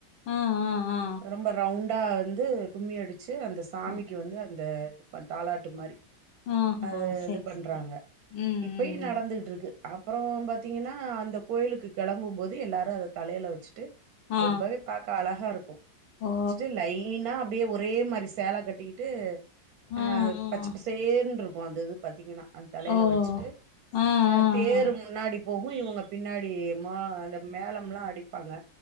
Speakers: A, on the left; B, on the right.
A: ஆ ஆ
B: ரொம்ப ரவுண்ட் அடா வந்து கும்மி அடிச்சு அந்த சாமிக்கு
A: ஆ ஆ
B: வந்து அந்த தாலாட்டு மாரி
A: ஆஹா
B: அது
A: செரி
B: இது பண்றாங்க
A: செரி ம்
B: இப்பயு
A: ம் ம்
B: நடந்துட் அப்புறோ பாத்தீங்கன்னா அந்த கோயிலுக்கு கெளம்பும்போது எல்லாரு அத தலைல வெச்சுட்டு
A: ஆ
B: ரொம்பவே பாக்க அழகா இருக்கோ
A: ஓ
B: வச்ட்டு லைனா அப்டியே ஒரு ஒரே மாரி சேல கட்டிக்கிட்டு அ
A: ஆ ஆ
B: பச்சப்பசேர்னு இருக்கோ அந்த இது பாத்தீங்கன்னா அந்தலைல
A: ஓ
B: வச்சுட்டு
A: ஆ
B: அ
A: ஆ
B: தேரு
A: ஆ
B: முன்னாடி போவு இவுங்க பின்னாடி மா அந்த மேளம்லா அடிப் பாங்க